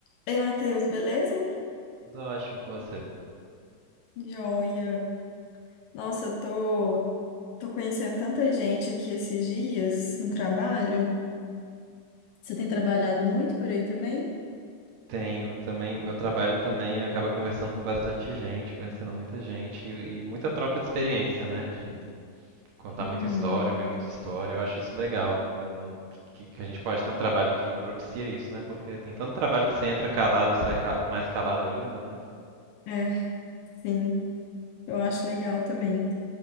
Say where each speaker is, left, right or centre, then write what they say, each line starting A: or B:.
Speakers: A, on the left; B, on the right.
A: Ei, Matheus, beleza?
B: Tudo ótimo e com você.
A: Joia. Nossa, eu tô, tô conhecendo tanta gente aqui esses dias no trabalho. Você tem trabalhado muito por aí também?
B: Tenho também, meu trabalho também acaba conversando com bastante gente, conhecendo muita gente e, e muita troca de experiência, né? De contar
A: Uhum.
B: muita história, ouvir muita história. Eu acho isso legal, no- no- que, que a gente pode ter um trabalho que propicia isso, né? Porque tem tanto trabalho que você entra calado e sai ca- mais calado ainda, né?
A: É, sim. Eu acho legal também.